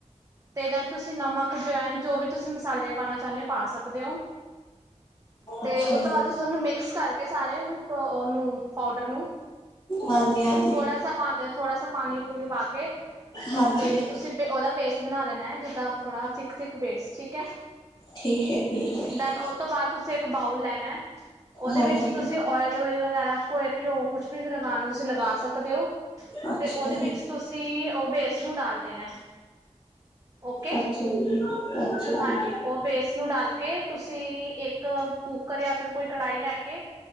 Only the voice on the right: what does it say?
ਅਤੇ ਦੈਨ ਤੁਸੀਂ ਨਮਕ ਜਵੈਨ ਜੋ ਵੀ ਤੁਸੀਂ ਮਸਾਲੇ ਪਾਉਣਾ ਚਾਹੁੰਦੇ ਹੋ ਪਾ ਸਕਦੇ ਹੋ। ਤੇ,
ਉਹ ਤੋਂ
ਬਾਅਦ ਤੁਸੀਂ ਉਹਨੂੰ ਮਿਕਸ ਕਰਕੇ, ਸਾਰੇਨੂੰ, ਉਹਨੂੰ ਪਾਊਡਰ ਨੂੰ,
ਥੋੜਾ ਸਾ ਪਾਨ, ਥੋੜਾ ਸਾ ਪਾਨੀ ਪੂਣੀ ਪਾਕੇ,
ਤੇ ਤੁਸੀ ਬੇ ਉਹਦਾ ਬੇਸ ਬਣਾ ਲੈਣਾ ਐ, ਜਿੱਦਾ ਥੋੜਾ ਥਿੱਕ-ਥਿੱਕ ਬੇਸ ਠੀਕ ਹੈ,
ਡਨ ਤੋਂ ਬਾਅਦ ਤੁਸੀਂ ਇੱਕ ਬਾਊਲ ਲੈਣਾ, ਉਹਦੇ
ਵਿੱਚ ਤੁਸੀ ਓਇਲ, ਊਇਲ ਵਗੈਰਾ ਕੋਈ ਘਿਓ ਕੁਛ ਵੀ ਲਗਾਣਾ ਤੁਸੀਂ ਲਗਾ ਸਕਦੇ ਹੋ।
ਤੇ ਉਹਦੇ
ਵਿੱਚ ਤੁਸੀ ਉਹ ਬੇਸ ਨੂੰ ਡਾਲ ਦੇਣਾ। ਓਕੇ
ਹਾਂਜੀ ਉਹ ਬੇਸ ਨੂੰ ਡਾਲ ਕੇ, ਤੁਸੀਂ ਇੱਕ ਕੁੂੱਕਰ ਯਾ ਫਿਰ ਕੋਈ ਕੜਾਹੀ ਲੈਕੇ